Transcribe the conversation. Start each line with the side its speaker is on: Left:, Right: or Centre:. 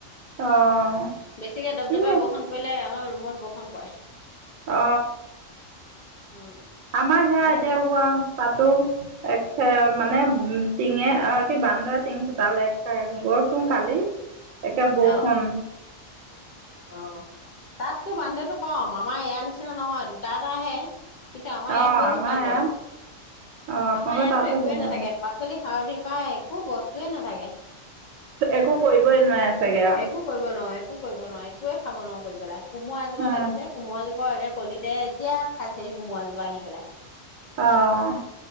Right: অঁ
Left: বেছিকে দপদপাই
Right: এই অ
Left: বৰষুণ পৰিলে আমাৰ ৰুমত বষণ পৰে
Right: অ
Left: উম
Right: আমাৰ সেয়া
Left: মানে
Right: এতিয়া
Left: কি
Right: ওৱা তাতো এক মানে উ টিঙে অ কি বান্দৰে টিঙ ফুটালে গৈছো কালি একে বৌষণ
Left: অ অ তাততো বান্দটো কম আমাৰ এয়া নিচি না নহয় দুটা এটা আহে কিন্তু আমাৰ
Right: অ
Left: ইয়াত বহুত
Right: আমাৰ
Left: বান্দ
Right: ইয়াত অ আপোনালোকৰ
Left: আমাৰ ইয়াতো
Right: তাতো
Left: একোৱয়ে
Right: বহুত
Left: নাথাকে পাচলি সাৰথি পাই একো বস্তুৱে নাথাকে
Right: একো কৰিবই নোৱাই চাগে আ
Left: একো কৰিব নোৱাৰো একো কৰিব নোৱাৰি একোৱে খাব নোৱাৰো কৰি পেলাই কোমোৰা এজোপা
Right: অ
Left: লাগিছে কোমোৰা জোপা একে কলিতে এতিয়া খাইছেহি কোমৰাজোপা আহি পেলাই
Right: আহ